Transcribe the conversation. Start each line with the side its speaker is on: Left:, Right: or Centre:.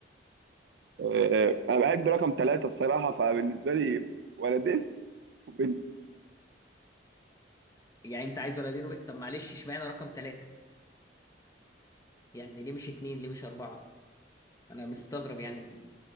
Right: آه، انا بحب رقم ثلاثة الصراحه فبالنسبه لي ولدين وبنت.
Left: يعني انت عايز ولدين و... طب معلش اشمعنى رقم ثلاثة؟ يعني ليه مش اتنين ليه مش اربعة؟ انا مستغرب يعني